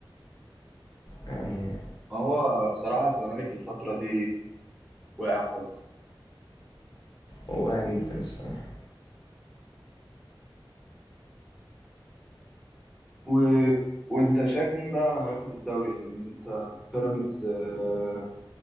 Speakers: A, on the left; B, in the centre.
A: يعني
B: هو بصراحة الزمالك الفترة دي واقع خالص
A: هو واعي جدا الصراحة
B: و... وانت شايف مين بقى هياخد الدوري يعني انت بيراميدز آه،